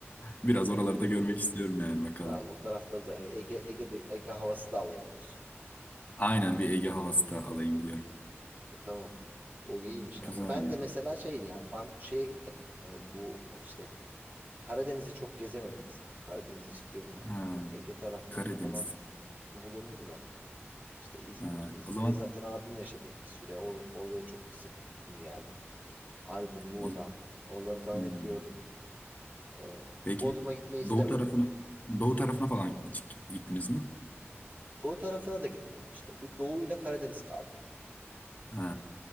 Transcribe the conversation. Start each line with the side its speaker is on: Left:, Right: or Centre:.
Left: Biraz
Right: Hı.
Left: oraları da görmek istiyorum yani bakalım.
Right: Tamam o tarafları da e, Ege, Ege, Ege havası da alayım diyorsun yani.
Left: Aynen bir Ege havası da alayım diyorum.
Right: E, tamam. O iyiymiş. Ama
Left: Güzel
Right: ben
Left: ya.
Right: de mesela şey ya ben şeye gitmedim. Ben Bu işte Karadeniz'i çok gezemedim mesela. Karadeniz'i istiyorum ha.
Left: Ha,
Right: Bu Ege taraflarında
Left: Karadeniz.
Right: falan bulundum da. İşte İzmir.
Left: Ha,
Right: İzmir'de
Left: o zaman
Right: zaten abim yaşadığı bir süre. Or- oraya çok sık gittim geldim. Aydın, Muğla.
Left: o,
Right: Oraları falan
Left: hmm.
Right: hep gördüm. Ee,
Left: Peki
Right: Bodrum'a gitmeyi istemedim.
Left: doğu tarafına doğu tarafına falan hiç gittiniz mi?
Right: Doğu tarafına da gitmedim işte. Bir Doğu ile Karadeniz kaldı.
Left: Ha,